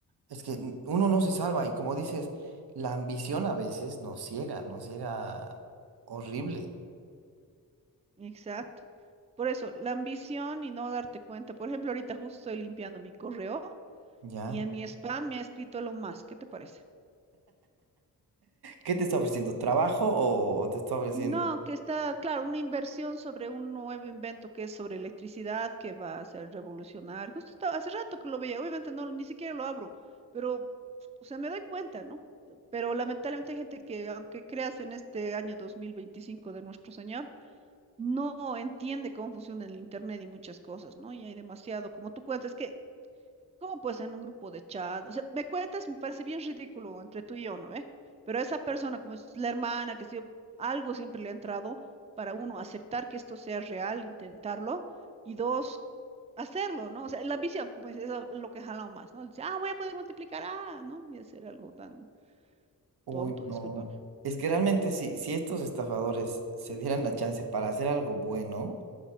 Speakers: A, on the right; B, on the right.
A: es que n- uno no se salva y como dices, la ambición a veces nos ciega, nos ciega horrible.
B: Exacto. Por eso, la ambición y no darte cuenta. Por ejemplo, ahorita justo estoy limpiando mi correo
A: ¿Ya?
B: y en mi spam me ha escrito lo más. ¿Qué te parece?
A: ¿Qué te está ofreciendo? ¿Trabajo o te está ofreciendo?
B: No, que está, claro, una inversión sobre un nuevo invento que es sobre electricidad, que va a hacer revolucionar. Justo estaba, hace rato que lo veía, obviamente no, ni siquiera lo abro, pero, o sea, me doy cuenta, ¿no? Pero lamentablemente hay gente que, aunque creas en este año 2025 de nuestro Señor, no entiende cómo funciona el Internet y muchas cosas, ¿no? Y hay demasiado, como tú cuentas, es que ¿Cómo pues en un grupo de chat? O sea, me cuentas, me parece bien ridículo entre tú y yo, ¿no ve? Pero esa persona, como es la hermana, que si algo siempre le ha entrado para uno aceptar que esto sea real, intentarlo, y dos, hacerlo, ¿no? O sea, la ambición, como es, es lo que jala más, ¿no? Dice, ah, voy a poder multiplicar, ah, ¿no? Y hacer algo tan
A: Uy,
B: tonto,
A: no.
B: disculpa.
A: Es que realmente si, si estos estafadores se dieran la chance para hacer algo bueno,